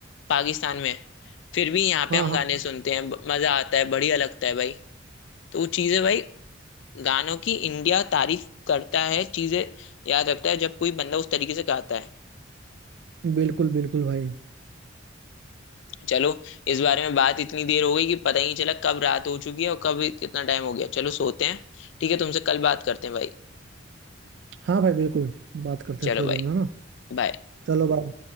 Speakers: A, on the left; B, on the right.
A: पाकिस्तान में है। फिर भी यहाँ
B: हाँ
A: पे हम
B: हाँ
A: गाने सुनते हैं ब- मजा आता है बढ़िया लगता है भाई तो वो चीजें भाई गानों की इंडिया तारीफ करता है चीजें याद रखता है जब कोई बंदा उस तरीके से गाता है
B: बिल्कुल बिल्कुल भाई
A: चलो इस बारे में बात इतनी देर हो गई कि पता ही नहीं चला कब रात हो चुकी है और कब कितना टाइम हो गया चलो सोते हैं ठीक है तुमसे कल बात करते हैं भाई
B: हाँ भाई बिल्कुल बात करते
A: चलो
B: हैं थोड़ी
A: भाई
B: देर में है ना
A: बाय
B: चलो बाय